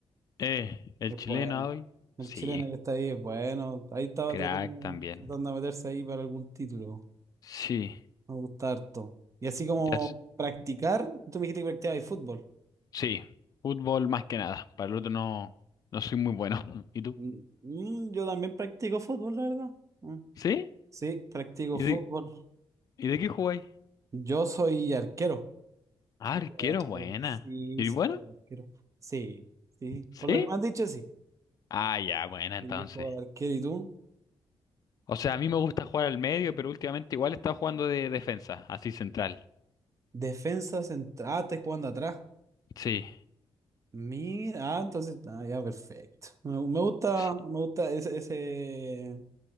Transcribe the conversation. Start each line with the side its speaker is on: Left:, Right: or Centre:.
Left: Eh, el
Right: Es
Left: chileno
Right: bueno.
Left: hoy.
Right: El
Left: Sí,
Right: chileno que está ahí es bueno. Ahí estaba
Left: crack
Right: tratando,
Left: también.
Right: tratando de meterse ahí para algún título.
Left: Sí.
Right: Me gusta harto. Y así como
Left: Ya,
Right: practicar, tú me dijiste que practicabas fútbol.
Left: Sí, fútbol más que nada. Para el otro no, no soy muy bueno. <laughs> ¿Y tú?
Right: Mm, mm, yo también practico fútbol, la verdad. Mm,
Left: ¿Sí?
Right: Sí, practico
Left: ¿Y
Right: fútbol.
Left: de, y de qué jugáis?
Right: Yo soy arquero.
Left: Ah,
Right: Yo
Left: arquero,
Right: soy arquero.
Left: buena.
Right: Sí,
Left: ¿Y
Right: sí,
Left: bueno?
Right: juego de arquero. Sí, sí.
Left: ¿Sí?
Right: Por lo que me han dicho, sí.
Left: Ah, ya, buena entonces.
Right: Sí, juego de arquero. ¿Y tú?
Left: O sea, a mí me gusta jugar al medio, pero últimamente igual estaba jugando de defensa, así central.
Right: Defensa central. Ah, estás jugando atrás.
Left: Sí,
Right: Mira, ah, entonces, ah, ya, perfecto. Me, me gusta,
Left: sí,
Right: me gusta ese, ese-